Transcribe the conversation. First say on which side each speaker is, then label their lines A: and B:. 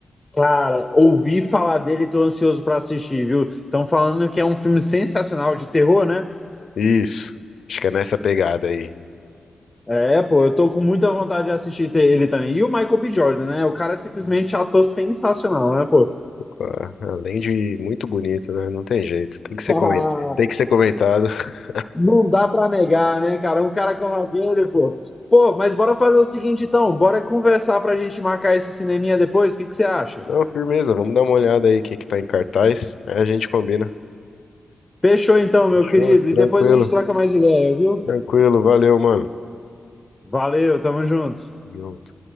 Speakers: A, on the left (about 15°); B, on the left (about 75°).
A: Cara, ouvi falar dele e tô ansioso pra assistir, viu? Estão falando que é um filme sensacional de terror, né?
B: Isso. Acho que é nessa pegada aí.
A: É, pô, eu tô com muita vontade de assistir te- ele também. E o Michael B. Jordan, né? O cara é simplesmente ator sensacional, né, pô? <laughs>
B: Pá, Além de muito bonito, né? Não tem jeito. Tem que ser
A: Ah,
B: comentado. Tem que ser comentado. <laughs>
A: Não dá pra negar, né, cara? Um cara como aquele, pô. Pô, mas bora fazer o seguinte então, bora conversar pra gente marcar esse cineminha depois, o que que você acha?
B: Não, firmeza. Vamos dar uma olhada aí o que que tá em cartaz. Aí a gente combina.
A: Fechou então, meu
B: Fechou?
A: querido.
B: Tranquilo.
A: E depois a gente troca mais ideia, viu?
B: Tranquilo. Valeu, mano.
A: Valeu, tamo junto.
B: Junto.